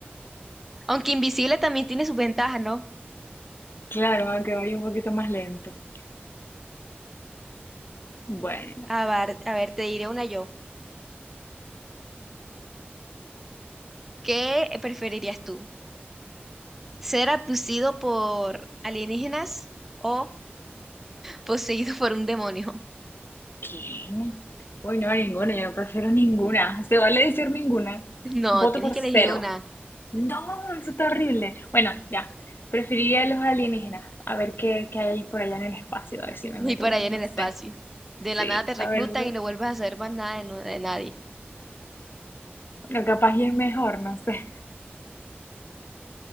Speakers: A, in the centre; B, on the left (about 60°).
A: Aunque invisible también tiene sus ventajas, ¿no?
B: Claro, aunque vaya un poquito más lento. Bueno,
A: A ver, a ver, te diré una yo. ¿Qué preferirías tú? ¿Ser abducido por alienígenas o poseído por un demonio? <laughs>
B: ¿quién? Uy, no, ninguna, yo no prefiero ninguna. Se vale decir ninguna.
A: No,
B: Voto
A: tienes
B: por
A: que
B: cero.
A: elegir una.
B: No, eso está horrible. Bueno, ya. Preferiría los alienígenas. A ver qué, qué hay por allá en el espacio. A ver si
A: Y
B: me meto,
A: por ahí en
B: no
A: el
B: sé.
A: espacio. De
B: Sí,
A: la nada te reclutan
B: a ver. Bueno,
A: y no vuelves a saber más nada de, nu- de nadie.
B: capaz y es mejor, no sé.